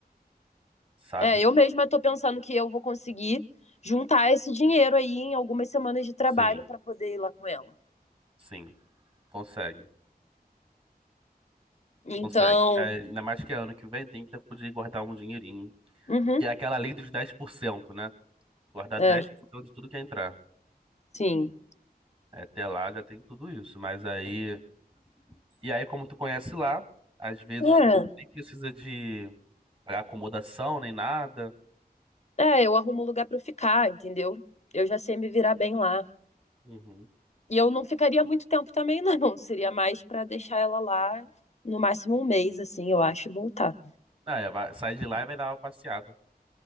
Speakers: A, on the right; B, on the left.
A: sabe?
B: É, eu mesma tô pensando que eu vou conseguir juntar esse dinheiro aí em algumas semanas de trabalho
A: Sim,
B: para poder ir lá com ela.
A: sim, consegue,
B: Então.
A: consegue. É, ainda mais que é ano que vem tem tempo de guardar um dinheirinho,
B: Uhum,
A: que é aquela lei dos 10%, né? Guardar
B: é,
A: 10% de tudo que entrar.
B: sim.
A: É, Até lá já tem tudo isso, mas aí... E aí, como tu conhece lá, às vezes
B: É.
A: nem precisa de pagar acomodação nem nada.
B: É, eu arrumo um lugar pra eu ficar, entendeu? Eu já sei me virar bem lá.
A: Uhum.
B: E eu não ficaria muito tempo também, <laughs> não. Seria mais pra deixar ela lá no máximo um mês, assim, eu acho, e voltar.
A: Ah, é, vai- sai de lá e vai dar uma passeada.